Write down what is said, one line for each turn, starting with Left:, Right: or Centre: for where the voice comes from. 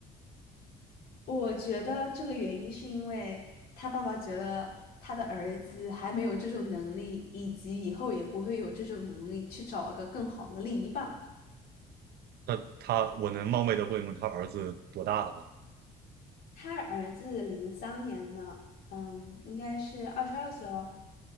Left: 我觉得这个原因是因为他爸爸觉得他的儿子还没有这种能力，以及以后也不会有这种能力去找个更好的另一半。
Right: 那他我能冒昧的问问他儿子多大了吗？
Left: 他儿子零三年呢，嗯，应该是二十二岁了。